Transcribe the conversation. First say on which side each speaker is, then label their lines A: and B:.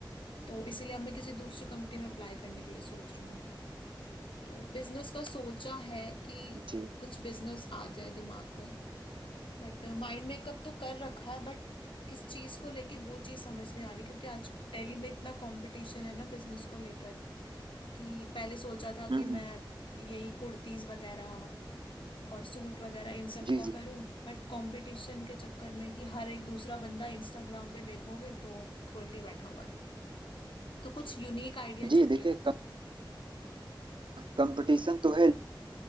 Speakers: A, on the left (about 80°); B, on the right (about 75°).
A: तो इसीलिए अब मैं किसी दूसरी कंपनी में अप्लाई करने के लिए सोच रही हूँ तो बिजनेस का सोचा है कि
B: जी
A: कुछ बिजनेस आ जाए दिमाग में बट माइंड मेकअप तो कर रखा है बट किस चीज को लेके वो चीज समझ नहीं आ रही क्योंकि आज दिल्ली में इतना कंपटीशन है ना बिजनेस को लेकर कि पहले सोचा था
B: हम्म
A: कि
B: हम्म,
A: मैं यही कुर्तीज वगैरह और सूट वगैरह इन सब
B: जी
A: का
B: जी
A: करूं बट कंपटीशन के चक्कर में कि हर एक दूसरा बंदा इंस्टाग्राम पे देखोगे तो खोल के बैठा हुआ है तो कुछ यूनिक आइडिया चाहिए
B: जी देखिए कंपटीशन तो है